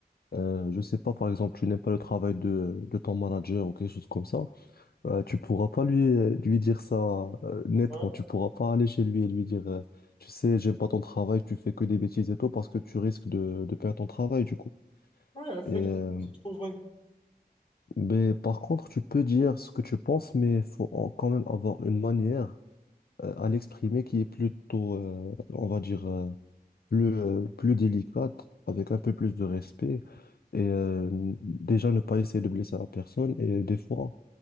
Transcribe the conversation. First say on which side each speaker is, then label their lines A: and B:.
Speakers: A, on the left; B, on the left.
A: euh, je sais pas, par exemple, tu n'aimes pas le travail de, de ton manager ou quelque chose comme ça. Euh, tu pourras pas lui, euh, lui dire ça euh, nettement.
B: Ouais,
A: Tu pourras pas aller chez lui et lui dire, euh, tu sais, j'aime pas ton travail, tu fais que des bêtises et tout, parce que tu risques de, de perdre ton travail, du coup.
B: ouais, effectivement,
A: Et, euh,
B: c'est trop vrai.
A: mais par contre, tu peux dire ce que tu penses, mais faut en- quand même avoir une manière euh, à l'exprimer qui est plutôt, euh, on va dire, euh, plus, euh, plus délicate, avec un peu plus de respect. Et euh, déjà, ne pas essayer de blesser la personne. Et des fois,